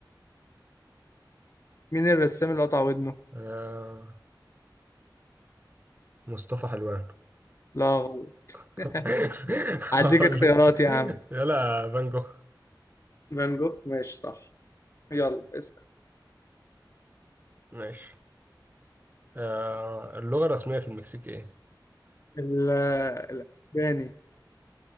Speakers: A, on the left; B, on the right.
A: مين الرسام اللي قطع ودنه؟
B: آه مصطفى حلوان
A: لا غلط
B: <laughs>
A: <laughs> هديك
B: هقول
A: اختيارات
B: لك
A: يا عم
B: يلا فان جوخ
A: فان جوخ ماشي صح يلا اسأل
B: ماشي آه اللغة الرسمية في المكسيك ايه؟
A: ال- الأسباني